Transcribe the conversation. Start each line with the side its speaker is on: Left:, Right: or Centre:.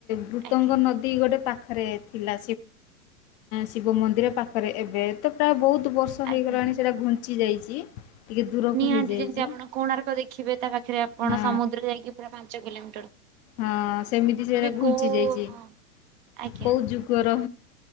Left: ମୃତଙ୍ଗ
Right: ଆଜ୍ଞା
Left: ନଦୀ ଗୋଟେ ପାଖ ପାଖରେ ଥିଲା ଶିବ ମନ୍ଦିର ପାଖରେ ଏବେ ତ ପ୍ରାୟ ବହୁତ ବତ ବର୍ଷ
Right: ଆଜ୍ଞା।
Left: ହେଇଗଲାଣି ସେଟା ପଞ୍ଚି ଯାଇଛି ଟିକେ ଦୂରକୁ
Right: ନିହାତି
Left: ହେଇଯାଇଛି
Right: ଯେମିତି ଆପଣ କୋଣାର୍କ ଦେଖିବେ ତା ପାଖରେ ଆପଣ
Left: ହଁ
Right: ସମୁଦ୍ର ଯାଇକି ପୁରା ଚଗଲା
Left: ହଁ ସେମିତି ସେଟା ଘୁଞ୍ଚି
Right: କୋଉ
Left: ଯାଇଛି
Right: ଆଜ୍ଞା
Left: କୋଉ ଯୁଗର